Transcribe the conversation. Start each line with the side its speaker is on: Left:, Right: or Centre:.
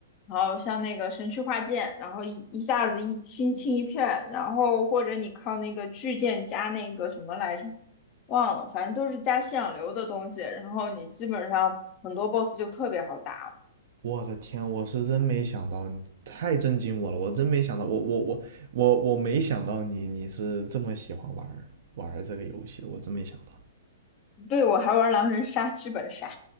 Left: 然后像那个神区化剑，然后一一下子一清清一片，然后或者你靠那个巨剑加那个什么来着，忘了，反正都是加信仰流的东西，然后你基本上很多 boss 就特别好打了
Right: 我的天，我是真没想到，你太震惊我了，我真没想到，我我我我我没想到你你是这么喜欢玩儿玩儿这个游戏的，我真没想到。
Left: 对，我还玩狼人杀剧本杀，